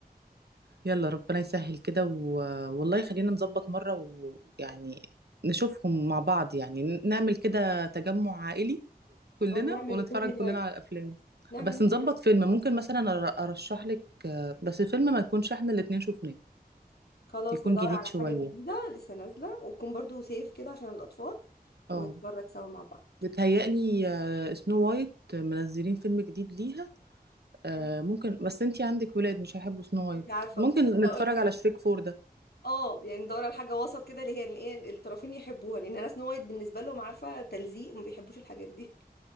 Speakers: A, on the right (about 80°); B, on the left (about 75°).
A: يلا ربنا يسهل كده و... والله خلينا نظبط مرة ويعني نشوفهم مع بعض يعني ن- نعمل كده تجمع عائلي كلنا
B: اه نعمل
A: ونتفرج
B: موفي نايت
A: كلنا على الافلام
B: نعمل
A: بس
B: موفي
A: نظبط
B: نايت
A: فيلم ممكن مثلا أر- ارشح لك بس فيلم ما يكونش احنا الاتنين شفناه
B: خلاص
A: يكون
B: ندور
A: جديد
B: على
A: شوية
B: حاجه جديده لسه نازله وتكون برضو سيف كده عشان الاطفال
A: اه
B: ونتفرج سوا مع بعض
A: بتهيألي آه، سنو وايت منزلين فيلم جديد ليها آه،
B: مم.
A: ممكن بس انتي عندك ولاد مش هيحبوا سنو وايت
B: انت عارفه
A: ممكن
B: كنت لسه اقول
A: نتفرج
B: لك
A: على شريك فور ده
B: اه يعني ندور على حاجه وسط كده اللي هي الايه الطرفين يحبوها لان انا سنو وايت بالنسبه لهم عارفه تلزيق ما بيحبوش الحاجات دي